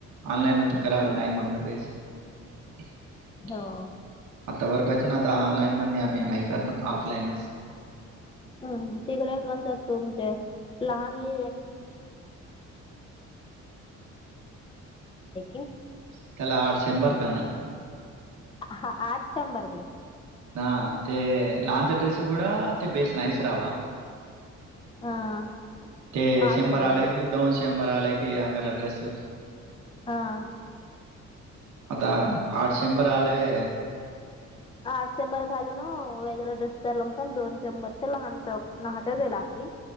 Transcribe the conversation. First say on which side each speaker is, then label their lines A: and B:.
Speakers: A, on the right; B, on the left.
A: ऑनलाईन त करायला नाही म्हणू बेस. <unintelligible>
B: हो.
A: आता बर पाहिजून आता ऑनलाईन मध्ये आम्ही नाही करणार ऑफलाईनच.
B: हम्म तिकडे बणतात तुमचे. लहानली <unintelligible>
A: <unintelligible>
B: हा आठ नंबर घे.
A: ह ते लांच ड्रेस क ते बेस नयस रावा.
B: हा.
A: ते
B: आठ
A: शंभर आलं
B: के
A: की दोन शंभर आले की अंगरअ ड्रेस.
B: हां.
A: आता आठ शंभर आलय.
B: आ शंभर घालून. वेगर ड्रेस पण दोन चंबरच्या लहानत्याला की